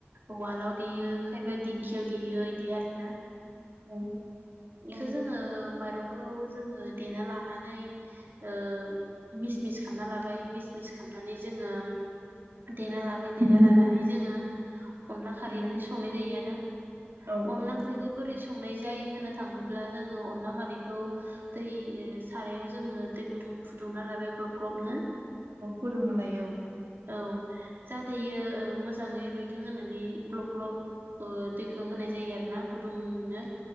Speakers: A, on the right; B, on the right.
A: उवालाव देयो खायफा दिंखियाव देयो बिदि आरोना
B: औ औ
A: बेखौ जोङो माइरं खौ जोङो देना लानानै ओ मिस मिस खालामना लाबाय मिस-मिस खालामनानै जोङो देना
B: औ
A: लाबाय देना लानानै जोङो अनला खारै
B: बेनो
A: ओंख्रि संनाय जायो आरो।
B: औ
A: अनला
B: औ
A: ओंख्रिखौ बोरै संनाय जायो होनो थाङोब्ला ब्ला जोङो अनला खारैखौ दै ओ सारायाव जोङो दै गुदुं फुदुंना लाबाय ग्ल-ग्लब ग्लब नो।
B: औ फुदुंना लायो औ।
A: औ जाथेयो इयो ओ मोजाङै रुइथों होनानै ग्लब-ग्लब ओ दैखौ होनाय जायो आरो ना गुदुंनो।